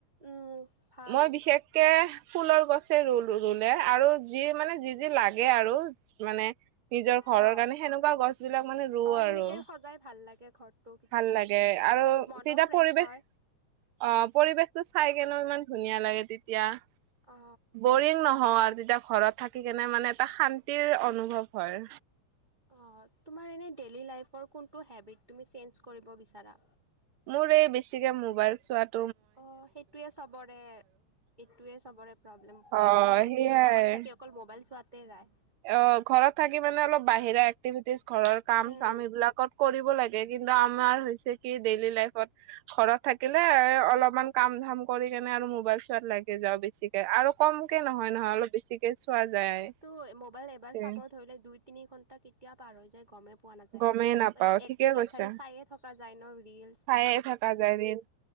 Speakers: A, on the right; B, on the right.
A: উম ভাল
B: মই বিশেষ কে ফুলৰ গছে ৰুলো ৰুলে আৰু যি মানে যি যি লাগে আৰু মানে নিজৰ ঘৰৰ
A: অ
B: কাৰণে সেনেকুৱা গছ বিলাক মানে ৰুও
A: অ সেনেকে
B: আৰু
A: সজাই ভাল লাগে ঘৰটো কেতিয়াবা
B: ভাল লাগে
A: কেতিয়াবা
B: আৰু
A: মনো
B: তেতিয়া
A: ফ্ৰেছ
B: পৰিৱেশ
A: হয়
B: অ পৰিবেশতটো চাই কেনেও ইমান ধুনীয়া লাগে তেতিয়া -
A: অ
B: বৰিং নহও আৰু তেতিয়া ঘৰত থাকি কেনে মানে এটা শান্তিৰ অনুভৱ হয়।
A: অঁ তোমাৰ এনেই ডেইলী লাইফৰ কোনটো হেবিট তুমি চেঞ্জ কৰিব বিচাৰা?
B: মোৰ এই বেছিকে মোবাইল চোৱাত
A: অ সেইটোয়ে চবৰে এইটোয়ে চবৰে প্ৰব্লেম
B: অ
A: চবে মানে
B: সেইয়াই
A: ঘৰত থাকি অকল মোবাইল চোৱাতে যায়
B: অ ঘৰত থাকি মানে অলপ বাহিৰা এক্টিভিটিজ ঘৰৰ কাম
A: উম
B: চাম এইবিলাকত কৰিব লাগে, কিন্তু আমৰ হৈছে কি ডেইলী লাইফট ঘৰত থাকিলে
A: অ
B: অলপ মান কাম ধাম কৰি কেনে আৰু মোবাইল চোৱাত লাগি যাওঁ বেছিক আৰু কমকে নহয়, নহয় অলপ বেছিকে চোৱা যায়।
A: ত মোবাইল এবাৰ
B: তে
A: চাব ধৰিলে দুই তিনি ঘন্টা কেতিয়া পাৰ হৈ যায় গমে পোৱা নাযায়
B: গমেই নাপাও
A: মানে একে
B: ঠিকে
A: লেঠাৰি
B: কৈছা
A: চাইে থকা যায় ন ৰিল
B: চায়ে থকা যায় ৰিল।